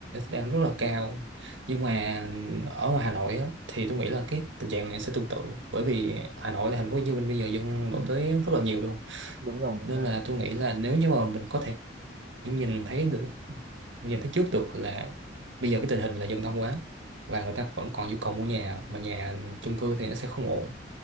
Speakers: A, on the right; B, on the right.
A: đang rất là cao nhưng mà ở ngoài Hà Nội á, thì tôi nghĩ là cái tình trạng này sẽ tương tự bởi vì Hà Nội là thành phố Hồ Chí Minh bây giờ dân đổ tới rất là nhiều luôn
B: đúng rồi đúng
A: nên
B: rồi
A: là tôi nghĩ là nếu như mà mình có thể nhìn thấy được nhìn thấy trước được là bây giờ cái tình hình là dân đông quá và người ta vẫn còn nhu cầu mua nhà mà nhà chung cư thì nó sẽ không ổn